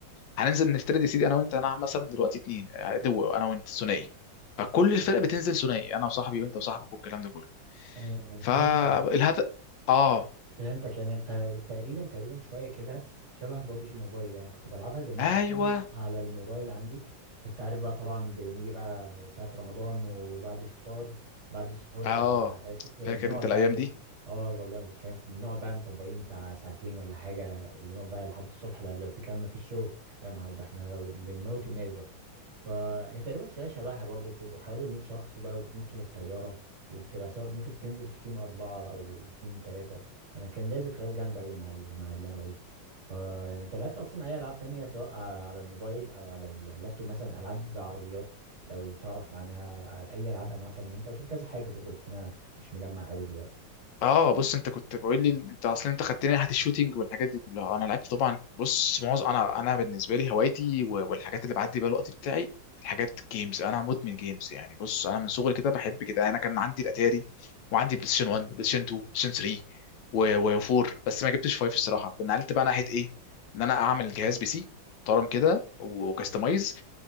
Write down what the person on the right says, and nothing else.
آه،
فهمتك
فهمتك يعني انت تقريبا تقريبا شويه كده شبه بابجي موبايل يعني كنت بلعبها زمان
اصلا على الموبايل عندي كنت انت عارف بقى طبعا بنيجي بقى ساعه رمضان وبعد الفطار بعد السحور
آه، اسف بنقعد
بقى ايه
اه والله كانت بنقعد بقى مطبقين بتاع ساعتين ولا حاجه ونقعد بقى لحد الصبح لا- لو في كلام ما فيش شغل يا نهار ده احنا بنموت الناس بقى فهي تقريبا شويه شبهها برضه بتبقوا حوالي 100 شخص بقى وبتنطوا من الطياره وبتبقى سواء ممكن تنزل في تيم أربعة أو تيم تلاتة انا كان ليا ذكريات جامده قوي مع ال- مع اللعبه دي فانت لعبت اصلا اي العاب تانية سواء على الموبايل او على اللابتوب مثلا العاب عربيات لو تعرف عنها اي العاب انواع تانية انت قلت لي كذا حاجه برضو بس انا مش مجمع قوي دلوقتي